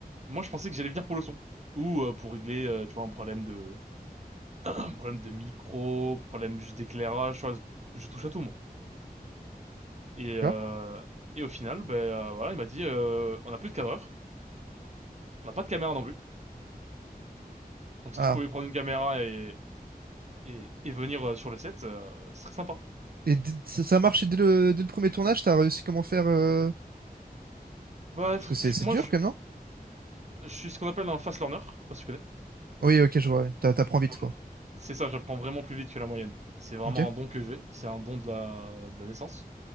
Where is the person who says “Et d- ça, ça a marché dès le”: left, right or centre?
Right